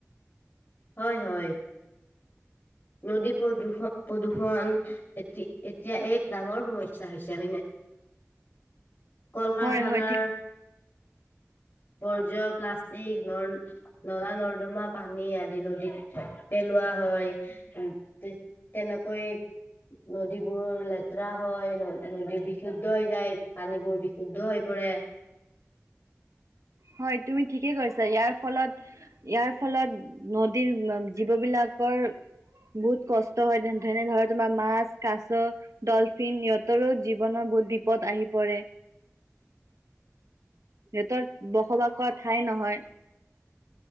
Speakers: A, on the left; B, on the right.
A: হয় হয় নদী প্ৰদূষণ, প্ৰদূষণ এতি এতিয়া এক ডাঙৰ সমস্যা হৈছে হয়নে? কল-কাৰখানাৰ।
B: হয় হয় ঠিক
A: সৰ প্লাষ্টিক নলা-নৰ্দমা পানী আদি নদীত পেলোৱা হয়। উম্ তেনেকৈ নদীবোৰ লেতেৰা হয়, ন নদী বিশুদ্ধ হৈ যায় পানীবোৰ বিশুদ্ধ হৈ পৰে।
B: হয় তুমি ঠিকেই কৈছা, ইয়াৰ ফলত ইয়াৰ ফলত নদীৰ জীৱ বিলাকৰ বহুত কষ্ট হয় যেনে ধৰা তোমাৰ মাছ, কাছ, ডলফিন সিহঁতৰো জীৱনৰ বহুত বিপদ আহি পৰে। সিহঁতৰ বসবাসৰ ঠাই নহয়